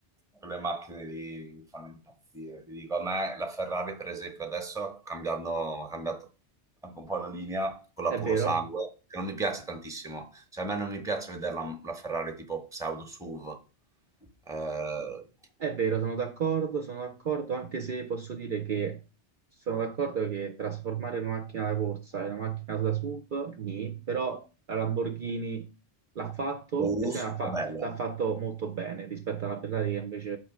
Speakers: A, in the centre; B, on the right.
A: quelle macchine lì mi fanno impazzire. Ti dico, a me la Ferrari, per esempio, adesso cambiando, ha cambiato anche un po' la linea con la
B: è
A: puro
B: vero.
A: sangue, che non mi piace tantissimo. Cioè, a me non mi piace vedere la, la Ferrari tipo pseudo SUV. Eh,
B: È vero, sono d'accordo, sono d'accordo, anche se posso dire che sono d'accordo che trasformare una macchina da corsa in una macchina da SUV, nì, però la Lamborghini l'ha fatto
A: Urus
B: e se l'ha fa-
A: è bella,
B: l'ha fatto molto bene rispetto alla Ferrari che invece,